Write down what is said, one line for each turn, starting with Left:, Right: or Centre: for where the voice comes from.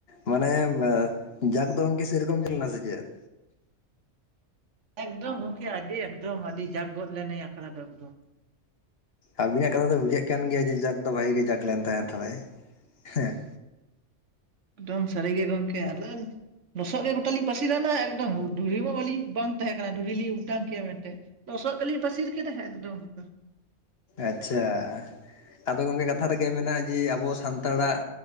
Left: ᱢᱟᱱᱮ ᱡᱟᱠ ᱫᱚ ᱜᱚᱝᱠᱮ ᱥᱮᱨᱚᱠᱚᱢ ᱡᱟᱠ ᱞᱮᱱᱟ ᱥᱮ ᱪᱮᱫ?
Right: ᱮᱠᱫᱚᱢ ᱜᱚᱢᱠᱮ ᱟᱹᱰᱤ ᱮᱠᱫᱚᱢ ᱟᱹᱰᱤ ᱡᱟᱜᱽ ᱜᱚᱫ ᱞᱮᱱᱟ ᱮᱠᱲᱟ ᱫᱚ ᱮᱠᱫᱚᱢ᱾
Left: ᱟᱵᱤᱱᱟᱜ ᱠᱟᱛᱷᱟ ᱛᱮ ᱵᱩᱡᱷᱟᱹᱜ ᱠᱟᱱ ᱜᱮᱭᱟ ᱡᱮ ᱡᱟᱠ ᱫᱚ ᱵᱷᱟᱜᱤ ᱜᱮ ᱡᱟᱸᱠ ᱞᱮᱱ ᱛᱟᱦᱮᱸᱱᱟ ᱛᱟᱦᱚᱞᱮ ᱦᱮᱸ᱾
Right: ᱮᱫᱚᱢ ᱥᱟᱹᱨᱤ ᱜᱮ ᱜᱚᱝᱠᱮ ᱟᱫᱚ ᱞᱚᱥᱚᱜ ᱜᱮ ᱜᱚᱴᱟ ᱞᱤᱧ ᱯᱟᱹᱟᱥᱤᱨᱟᱱᱟ ᱮᱠᱫᱚᱢ, ᱫᱷᱩᱫᱲᱤ ᱢᱟ ᱵᱟᱹᱞᱤᱧ ᱵᱟᱝ ᱛᱟᱦᱮᱸ ᱠᱟᱱᱟ ᱰᱩᱲᱤ ᱞᱤᱧ ᱚᱴᱟᱝ ᱠᱮᱭᱟ ᱢᱮᱱᱛᱮ ᱞᱚᱥᱚᱜ ᱜᱮᱞᱤᱝ ᱯᱟᱥᱤᱨ ᱠᱮᱫᱟ ᱮᱠᱫᱚᱢ ᱾
Left: ᱟᱪᱪᱷᱟ ᱟᱫᱚ ᱜᱚᱢᱠᱮ ᱠᱟᱛᱷᱟ ᱨᱮᱜᱮ ᱢᱮᱱᱟᱜᱼᱟ ᱡᱮ ᱟᱵᱚ ᱥᱟᱱᱛᱟᱲᱟᱜ